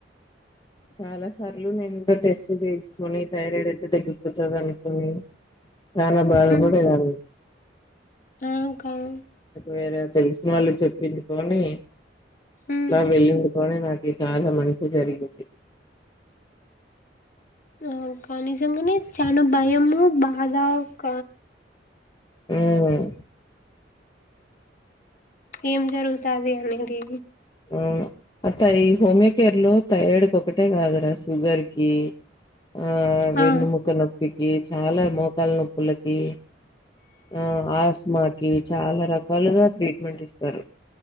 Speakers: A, on the left; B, on the left.
A: చాలా సార్లు నేను కూడా టెస్ట్లు చేయించుకని థైరాయిడ్ అయితే తగ్గిపోతుంది అనుకోని చాలా బాధ
B: హ్మ్.
A: పడేదాన్ని
B: ఆ! అక్క.
A: వేరే తెలిసిన వాళ్ళు చెప్పింది పోనీ
B: హ్మ్.
A: సరే వెళ్ళు పోనీ నాకి చాలా మంచి జరిగిద్ధి
B: ఆ కానీ నిజంగానే చాలా భయము బాధ ఒక
A: మ్ మ్
B: ఏం జరుగుతాది అనేది
A: అవును బట్ అది హోమియోకేర్ లో థైరాయిడ్ కి ఒకటే కాదురా షుగర్ కి ఆ వెన్నుముక్క
B: ఆ!
A: నొప్పికి చాలా మోకాల నొప్పులకి ఆ ఆస్మాకి చాలా రకాలుగా ట్రీట్మెంట్ ఇస్తారు